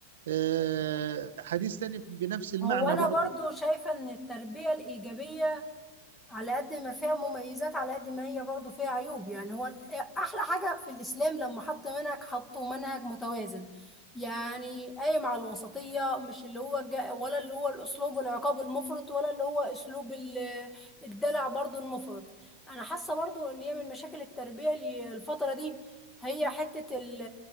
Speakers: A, on the right; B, in the centre.
A: آه، حديث تاني بنفس المعنى
B: هو انا
A: برضه
B: برضو شايفه ان التربيه الايجابيه على قد ما فيها مميزات على قد ما هي برضو فيها عيوب يعني هو احلى حاجة في الاسلام لما حط منهج حطه منهج متوازن يعني قايم على الوسطية مش اللي هو جا ولا اللي هو الاسلوب العقاب المفرط ولا اللي هو اسلوب ال- الدلع برضو المفرط انا حاسة برضو ان هي من مشاكل التربية ال- الفترة دي هي حتة ال-